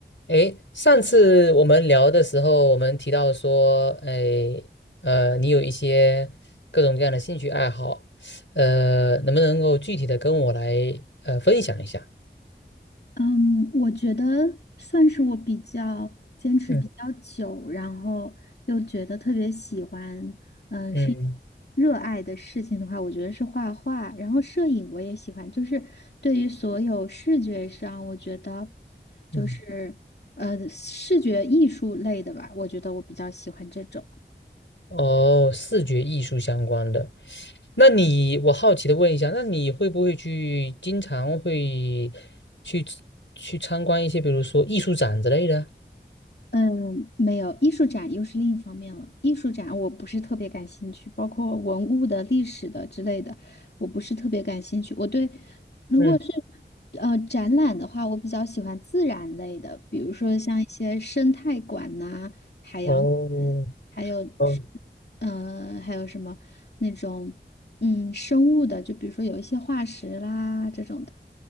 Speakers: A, on the left (about 85°); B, on the left (about 65°).
A: 诶，上次我们聊的时候，我们提到说，诶，呃，你有一些各种各样的兴趣爱好，呃，能不能够具体的跟我来呃分享一下？
B: 嗯，我觉得算是我比较坚持比较久，
A: 嗯
B: 然后又觉得特别喜欢，嗯、
A: 嗯
B: 是一种热爱的事情的话，我觉得是画画，然后摄影我也喜欢，就是对于所有视觉上，我觉得就是呃视觉艺术类的吧，
A: 嗯，
B: 我觉得我比较喜欢这种。
A: 哦，视觉艺术相关的，那你我好奇的问一下，那你会不会去经常会去去参观一些，比如说艺术展之类的？
B: 嗯，没有，艺术展又是另一方面了。艺术展我不是特别感兴趣，包括文物的、历史的之类的，我不是特别感兴趣。我对，如果是
A: 嗯，
B: 呃展览的话，我比较喜欢自然类的，比如说像一些生态馆呐、海洋馆
A: 哦，
B: 还有是
A: 哦
B: 呃还有什么那种嗯生物的，就比如说有一些化石啦这种的。